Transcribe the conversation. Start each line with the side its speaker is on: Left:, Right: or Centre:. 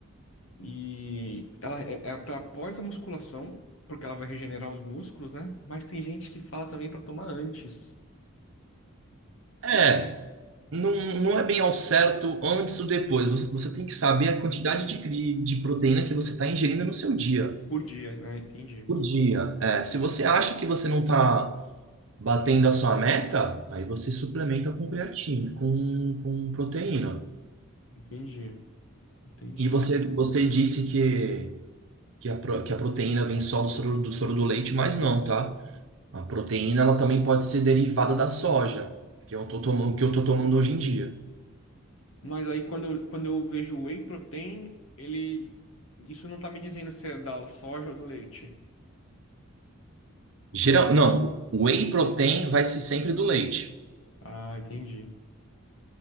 Left: E ela é, é para após a musculação, porque ela vai regenerar os músculos, né? Mas tem gente que fala também pra tomar antes.
Right: É,
Left: Por quê?
Right: não, não é bem ao certo antes ou depois. Você, você tem que saber a quantidade de, cri- de proteína que você está ingerindo no seu dia.
Left: Por dia, né? Entendi.
Right: Por dia. É, se você acha que você não está Batendo a sua meta, aí você suplementa com creatina, com, com proteína.
Left: Entendi. Entendi.
Right: E você, você disse que, que, a, pro- que a proteína vem só do soro, do soro do leite, mas não, tá? A proteína, ela também pode ser derivada da soja, que eu tô tomando, que eu tô tomando hoje em dia.
Left: Mas aí quando eu, quando eu vejo o whey protein, ele. Isso não tá me dizendo se é da soja ou do leite.
Right: Geral, não, o whey protein vai ser sempre do leite.
Left: Ah, entendi.